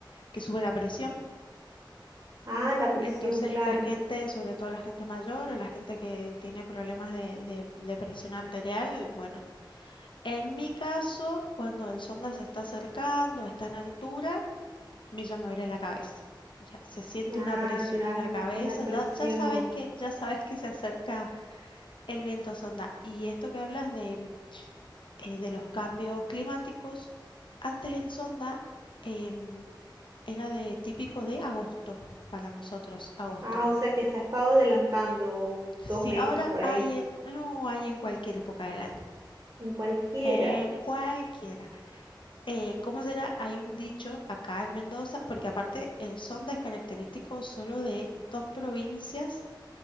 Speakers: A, on the left; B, on the right.
A: que sube la presión.
B: Ah, la presión,
A: Entonces
B: claro.
A: la gente, sobre todo la gente mayor o la gente que tiene problemas de, de- de presión arterial, bueno, en mi caso, cuando el sonda se está acercando, está en altura, mí ya me duele la cabeza. Ya se siente
B: Ah,
A: una presión
B: te dan
A: en la cabeza,
B: una presión.
A: ya, ya sabes que, ya sabes que se acerca el viento sonda. Y esto que hablas de, eh, de los cambios climáticos, antes el sonda em, era de típico de agosto para nosotros, agosto.
B: Ah, o sea que se ha estado adelantando
A: Sí,
B: dos meses
A: ahora
B: por
A: hay
B: ahí.
A: en, no hay en cualquier época del año.
B: En cualquiera.
A: En cualquiera. Eh, ¿cómo será? Hay un dicho acá en Mendoza, porque aparte el sonda es característico solo de dos provincias